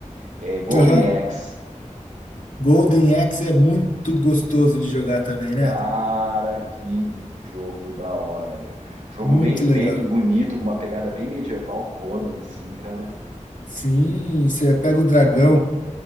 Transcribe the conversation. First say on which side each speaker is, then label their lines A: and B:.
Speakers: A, on the right; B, on the left.
A: é, Golden
B: Aham.
A: Axe.
B: Golden Axe é muito gostoso de jogar também,
A: Cara,
B: né?
A: que jogo da hora, meu. Jogo
B: Muito
A: bem feito,
B: legal.
A: bonito, com uma pegada bem medieval, Conan, assim, cara.
B: Sim, você pega o dragão.